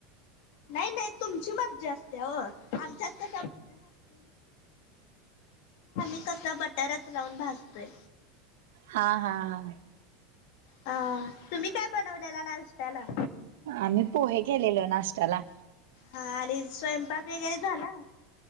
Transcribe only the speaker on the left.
नाही, नाही तुमची मर्जी असते हो आमच्याच कसा बटर असतय नाही आम्ही कसा बटरच लावून भाजतोय
अ तुम्ही काय बनवलेला नाश्त्याला
ह आणि स्वयंपाक वगैरे झाला